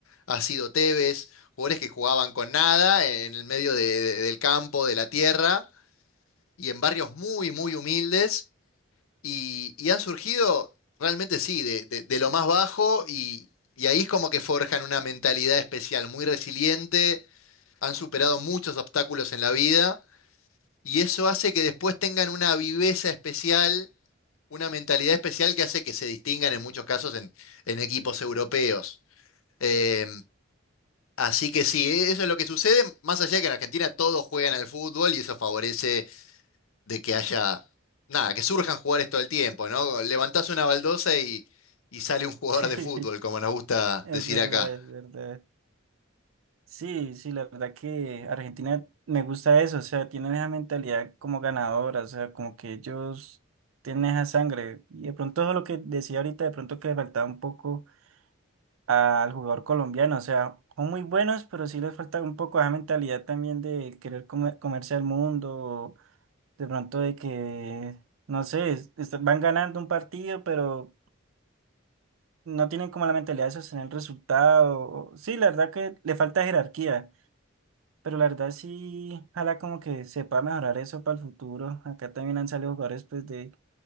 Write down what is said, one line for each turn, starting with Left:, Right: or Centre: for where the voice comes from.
Left: ha sido Tevez, jugadores que jugaban con nada en, el medio de- de- del campo, de la tierra y en barrios muy, muy humildes y, y han surgido realmente sí, de, de- de lo más bajo y, y ahí es como que forjan una mentalidad especial, muy resiliente, han superado muchos obstáculos en la vida y eso hace que después tengan una viveza especial, una mentalidad especial que hace que se distingan en muchos casos en, en equipos europeos. Eh, Así que sí, eso es lo que sucede, más allá de que en Argentina todos juegan al fútbol y eso favorece de que haya, nada, que surjan jugadores todo el tiempo, ¿no? Levantás una baldosa y, y sale un jugador
Right: <laughs>
Left: de fútbol, como nos gusta
Right: Es
Left: decir
Right: verdad,
Left: acá.
Right: es verdad. Sí, sí, la verdad que Argentina me gusta eso, o sea, tienen esa mentalidad como ganadora, o sea, como que ellos tienen esa sangre. Y de pronto eso es lo que decía ahorita, de pronto que le faltaba un poco al jugador colombiano, o sea, son muy buenos, pero sí les falta un poco esa mentalidad también de querer come- comerse al mundo, o de pronto de que, no sé, es- est- van ganando un partido, pero no tienen como la mentalidad de sostener el resultado. o- Sí, la verdad que le falta jerarquía. Pero la verdad sí, ojalá como que se pueda mejorar eso para el futuro. Acá también han salido jugadores pues de,